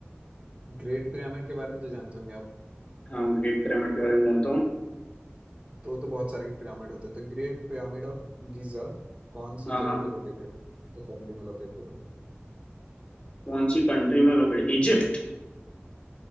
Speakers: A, on the right (about 30°); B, on the left (about 30°).
A: ग्रेट पिरामिड के बारे में तो जानते होंगे आप
B: हाँ ग्रेट पिरामिड के बारे में जानता हूँ
A: तो तो बहुत सारे पिरामिड होते हैं तो ग्रेट पिरामिड ऑफ गीजा कौन सी
B: हाँ हाँ
A: जगह पे लोकेटेड कंट्री में लोकेटेड हो
B: कौन सी कंट्री में लोकेटेड इजिप्ट